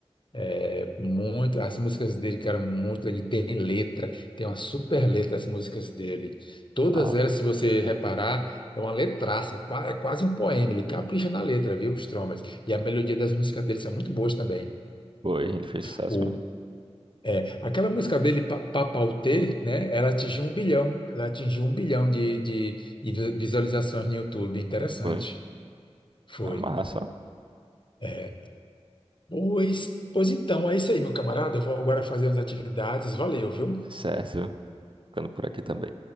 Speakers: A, on the left; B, on the right.
A: É, muito, as músicas dele, cara, muito, ele tem letra, tem uma super letra as músicas dele. Todas
B: Ah,
A: elas, se você reparar, é uma letraça, é, qua- é quase um poema, ele capricha na letra, viu, Stromae? E a melodia das músicas dele são muito boas também.
B: foi, ele fez sucesso
A: O,
B: mesmo.
A: é, aquela música dele, Pa- Papauté, né, ela atingiu um bilhão, ela atingiu um bilhão de, de, de vi- visualizações no YouTube, interessante.
B: Foi.
A: Foi.
B: Na massa, ó.
A: É, Pois, pois então, é isso aí, meu camarada, eu vou agora fazer as atividades, valeu, viu?
B: Certo. Ficando por aqui também.